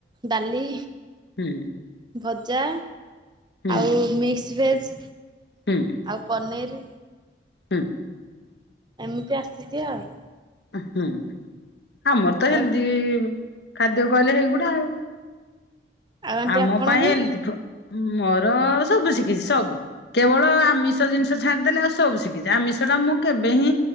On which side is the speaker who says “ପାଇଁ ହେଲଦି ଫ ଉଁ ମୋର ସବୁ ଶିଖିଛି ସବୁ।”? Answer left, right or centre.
Left